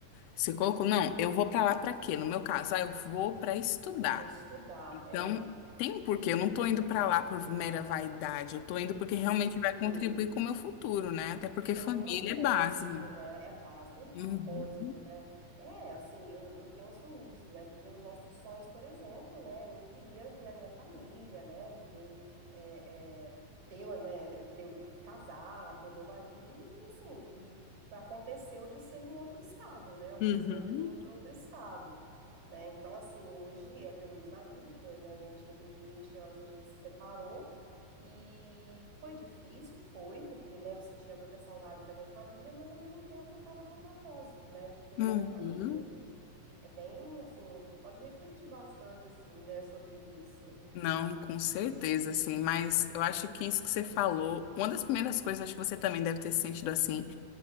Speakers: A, on the left; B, on the right.
A: Você colocou, não, eu vou pra lá pra quê? No meu caso, ah, eu vou pra estudar.
B: Para estudar,
A: Então,
B: é.
A: tem um porquê. Eu não tô indo pra lá por mera vaidade. Eu tô indo porque
B: Sim,
A: realmente vai contribuir com o meu futuro, né? Até porque
B: Tem
A: família
B: um propósito,
A: é base.
B: né? É a base, tem um propósito,
A: Uhum.
B: né? É, assim, eu, eu penso nisso, né? Viver os nossos sonhos, por exemplo, né? Eu queria ter a minha família, né? Viver, é, é, ter, né? Ter, um, casar, ter o meu marido, e, e, assim, e, e aconteceu de ser em outro estado, né? Eu conheci
A: Uhum.
B: uma pessoa de outro estado, né? Então, assim, hoje é meu ex-marido, porque, né, a gente, depois de 20 anos, a gente se separou. E foi difícil, foi, porque, né, eu sentia muita saudade da minha família, mas ao mesmo tempo eu estava com um propósito, né, de ter
A: Uhum.
B: a minha família. É bem assim, a gente pode refletir bastante assim, né, sobre isso.
A: Não, com certeza, assim, mas eu acho que isso que você falou, uma das primeiras coisas, acho que você também deve ter se sentido assim,